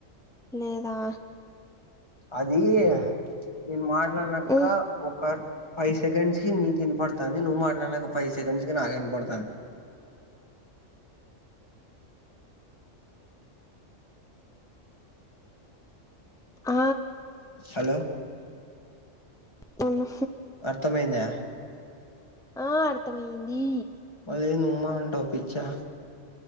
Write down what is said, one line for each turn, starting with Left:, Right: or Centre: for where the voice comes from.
Centre: లేదా?
Left: అది నేను మాట్లానాక
Centre: ఉమ్,
Left: ఒక. ఫైవ్ సెకండ్స్ కి నీకి వినపడతాంది, నువ్వు మాట్లాడినాక ఫైవ్ సెకండ్స్, కి నాకి వినపడతాంది.
Centre: ఆ
Left: హలో
Centre: అవును
Left: అర్థమైందా
Centre: ఆ అర్థమయ్యంది.
Left: మళ్లీ ఏంది ఉమ్మా అంటావు పిచ్చా.